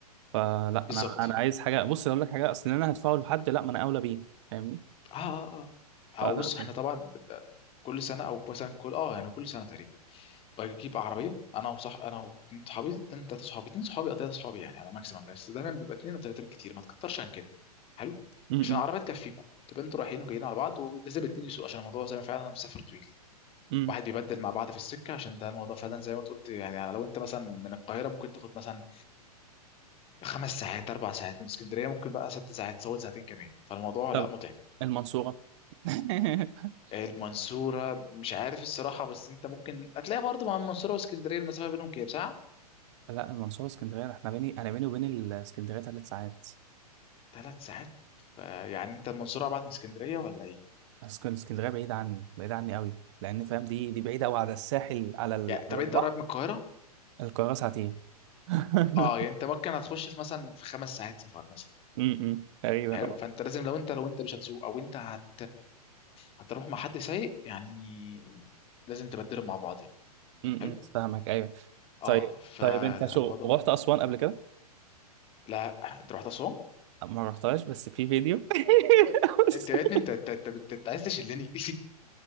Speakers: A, on the right; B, on the left.
A: فلا
B: بالظبط
A: أنا أنا عايز حاجة بص أقول لك حاجة أصل أنا هدفعه لحد لا ما أنا أولى بيه فاهمني؟
B: اه اه اه
A: فلا
B: او بص احنا
A: فاهم.
B: طبعا بيبقى كل سنه او مثلا كل اه يعني كل سنه تقريبا بجيب عربيه انا وصح انا واتنين صحابي اتنين تلاته صحابي اتنين صحابي او تلاته صحابي يعني على ماكسيمم بس دايما بيبقى اتنين او تلاته بالكتير ما تكترش عن كده حلو
A: م-
B: عشان العربيه تكفيكم تبقى انتوا رايحين وجايين على بعض ولازم اتنين يسوقوا عشان الموضوع زي ما فعلا انا مسافر طويل
A: م. م.
B: واحد بيبدل مع بعض في السكه عشان ده الموضوع فعلا زي ما قلت يعني يعني لو انت مثلا من القاهره ممكن تاخد مثلا خمس ساعات اربع ساعات من اسكندريه ممكن بقى ست ساعات تزود ساعتين كمان فالموضوع
A: طب
B: لا متعب
A: المنصورة <laughs>
B: المنصورة مش عارف الصراحة بس انت ممكن هتلاقي برضه مع المنصورة واسكندرية المسافة بينهم كام ساعة؟
A: لا المنصورة اسكندرية احنا بيني أنا بيني وبين الاسكندرية ثلاث ساعات
B: ثلاث ساعات فيعني انت المنصورة ابعد من اسكندرية ولا ايه؟
A: اسكن اسكندريه بعيده عني بعيده عني قوي لان فاهم دي دي بعيده قوي على الساحل على ال...
B: يعني طب
A: على
B: انت
A: البحر
B: قريب من القاهرة؟
A: القاهره ساعتين <laughs>
B: اه يعني انت ممكن هتخش في مثلا في خمس ساعات سفر مثلا
A: امم تقريبا
B: حلو
A: اه
B: فانت لازم لو انت لو انت مش هتسوق او انت هت هتروح مع حد سايق يعني لازم تبدلهم مع بعض يعني
A: امم
B: حلو
A: فاهمك ايوه
B: اه
A: طيب
B: فالموضوع
A: طيب انت شو رحت اسوان قبل كده
B: لا انت رحت اسوان
A: ما رحتهاش بس في فيديو <laughs>
B: انت يا ابني انت انت انت, انت, انت عايز تشلني